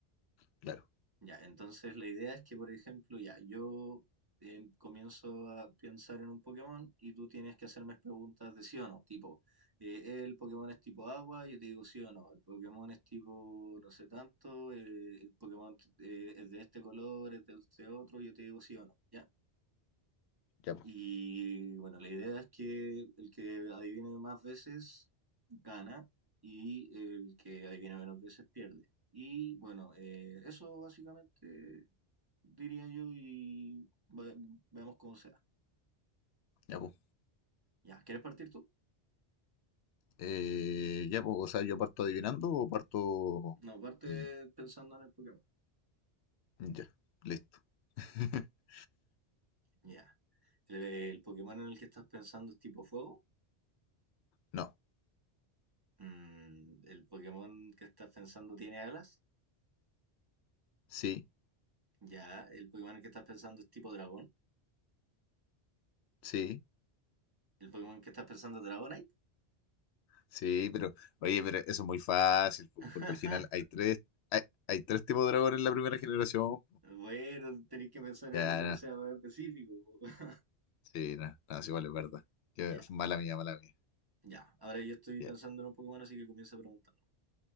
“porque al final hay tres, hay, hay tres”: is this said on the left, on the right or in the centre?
Left